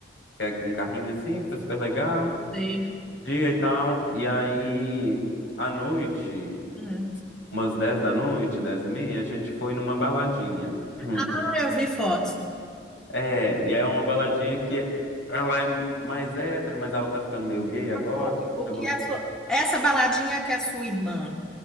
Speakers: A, on the left; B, in the centre.
A: que é um carrinho assim, foi super legal,
B: teve.
A: dia e tal. E aí, à noite,
B: Hum.
A: umas 10 da noite, 10 e meia, a gente foi numa baladinha. Hum,
B: Ah, eu vi fotos.
A: É, e aí é uma baladinha que ela é mais hétero, mas ela tá ficando meio gay agora.
B: O que o
A: Pelo...
B: que a sua... Essa baladinha que a sua irmã